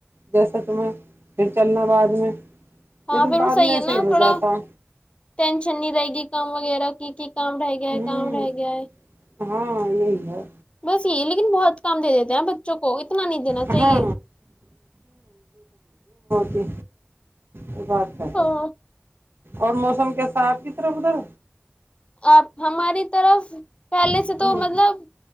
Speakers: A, on the right; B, on the left.
A: جیسے تمہیں پھر چلنا بعد میں
B: ہاں
A: لیکن
B: پھر
A: بعد
B: وہ
A: میں
B: صحیح
A: ایسے
B: ہے نا
A: ہی ہو
B: تھوڑا
A: جاتا
B: ٹینشن نہیں رہے گی کام وغیرہ کیک کام رہ گیا ہے
A: ہوں
B: کام رہ گیا ہے
A: ہاں یہی ہے
B: بس یہ لیکن بہت کام دے دیتے ہیں بچوں کو اتنا نہیں دینا
A: ہاں
B: چاہیے
A: کیا یہ بات تو ہے
B: ہاں
A: اور موسم کے ساتھ کی طرف ادھر
B: آپ ہماری طرف پہلے
A: ہوں
B: سے تو مطلب